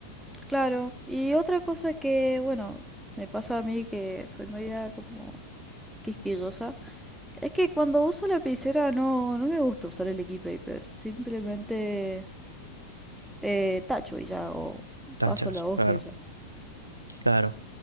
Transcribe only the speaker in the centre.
Claro, y otra cosa que, bueno, me pasa a mí que soy media como quisquillosa, Es que cuando uso lapicera no, no me gusta usar el Liquid paper Simplemente eh, tacho y ya, o
paso la hoja
y ya.